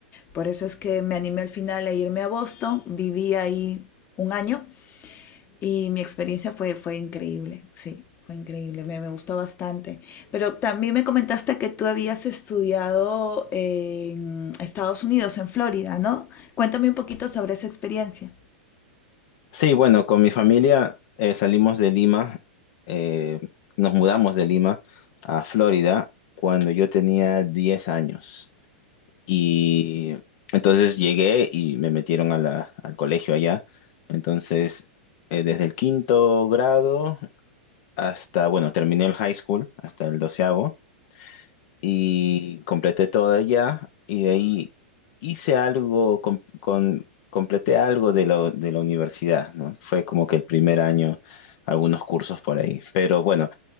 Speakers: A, on the left (about 30°); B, on the left (about 55°).
A: Por eso es que me animé al final a irme a Boston, viví ahí un año y mi experiencia fue, fue increíble, sí, fue increíble, me, me gustó bastante. Pero también me comentaste que tú habías estudiado en Estados Unidos, en Florida, ¿no? Cuéntame un poquito sobre esa experiencia.
B: Sí, bueno, con mi familia eh, salimos de Lima, eh, nos mudamos de Lima a Florida cuando yo tenía 10 años. Y entonces llegué y me metieron a la- al colegio allá. Entonces, eh, desde el quinto grado hasta, bueno, terminé el high school, hasta el doceavo y completé todo allá y de ahí hice algo, com- con, completé algo de la, de la universidad, ¿no? Fue como que el primer año, algunos cursos por ahí. Pero bueno,